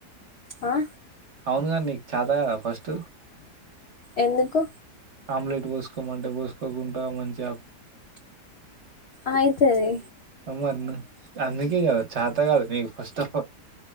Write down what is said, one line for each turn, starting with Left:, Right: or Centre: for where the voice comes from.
Left: ఆ
Right: అవును కానీ నీకు చత కదా ఫస్ట్
Left: ఎందుకు
Right: ఆమ్లెట్ పోసుకోమంటే పోసుకోకుండా మంచిగా
Left: ఆయితది
Right: ఆ మరి నీకు అందుకే కాదు చాత కాదు నీకు ఫస్ట్ ఆఫ్ ఆల్